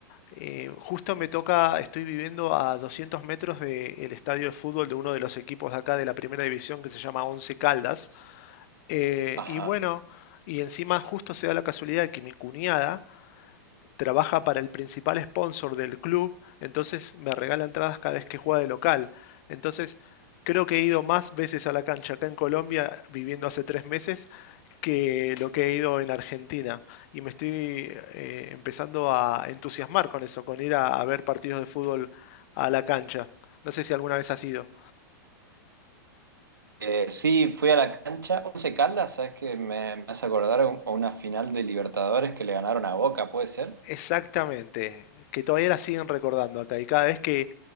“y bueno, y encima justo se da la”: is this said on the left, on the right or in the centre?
Left